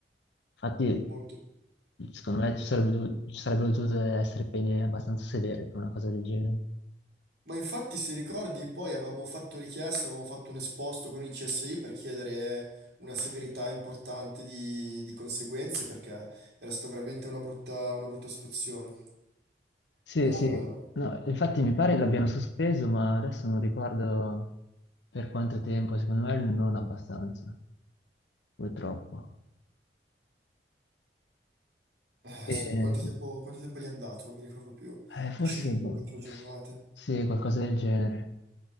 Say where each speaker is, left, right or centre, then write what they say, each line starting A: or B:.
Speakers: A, on the left; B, on the right.
A: Infatti,
B: molto...
A: secondo me ci sarebbe dovu- ci sarebbero dovute essere pene abbastanza severe per una cosa del genere.
B: Ma infatti, se ricordi, poi avevamo fatto richiesta, avevamo fatto un esposto con il CSI per chiedere una severità importante di, di conseguenze, perché era stata veramente una brutta, una brutta situazione.
A: Sì,
B: Eh,
A: sì, no, infatti mi pare l'abbiano sospeso, ma adesso non ricordo per quanto tempo, secondo me non abbastanza, purtroppo.
B: eh,
A: E,
B: sì, quanto
A: sì.
B: tempo, quanto tempo gli è andato? Non mi ricordo più.
A: Eh, forse,
B: 5,
A: boh,
B: 4 giornate.
A: sì, qualcosa del genere,